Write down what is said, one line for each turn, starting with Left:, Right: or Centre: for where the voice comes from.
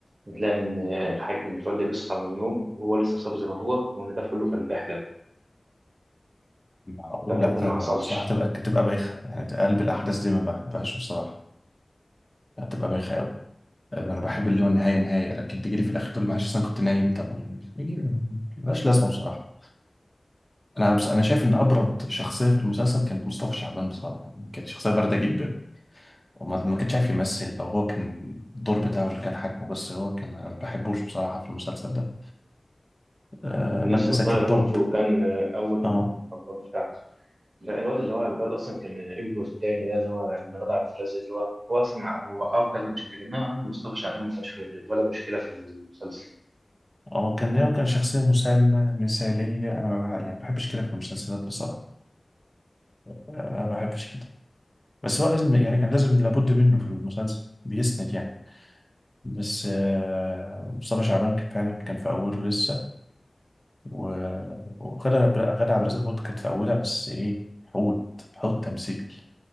Right: بتلاقي إن الحاج متولي بيصحى من النوم وهو لسه صاب زي ما هو وإن ده كله كان بيحلم
Left: معقول
Right: ده كله
Left: لا
Right: ما
Left: ده
Right: حصلش
Left: بصراحه تبقى تبقى بايخه يعني تقلب الاحداث دي ما بحبهاش بصراحه هتبقى بايخه قوي انا بحب اللي هو النهايه نهايه لكن تجي لي في الاخر تقول لي معلش أصل انا كنت نايم طب يعني ملهاش لازمه بصراحه انا بس انا شايف ان ابرد شخصيه في المسلسل كانت مصطفى شعبان بصراحه يعني كانت شخصيه بارده جدا وما ما كانش عارف يمثل او هو كان الدور بتاعه اللي كان حاكمه بس هو كان انا ما بحبوش بصراحه في المسلسل ده آه
Right: كان
Left: ماجدة
Right: لسه
Left: زكي
Right: صغير
Left: الطب
Right: برضه وكان أول
Left: اه
Right: الأبواب بتاعته لا الواد اللي هو على البال أصلا كان ابنه التاني ده اللي هو المغدى عبد الرازق اللي هو هو أصلا هو أو كذا مشكلة إنما مصطفى شعبان ما هوش ولا مشكلة في المسلسل
Left: اه كان هو كان شخصيه مسالمه مثاليه انا ما بح- يعني ما بحبش كده في المسلسلات بصراحه آه، ما بحبش كده بس هو لازم يعني كان لازم لابد منه في المسلسل بيسند يعني بس آه، مصطفى شعبان كان فعلا كان في أوله لسه و- وغادة غادة عبد الرازق برضه كانت في أولها بس إيه حوت حوت تمثيل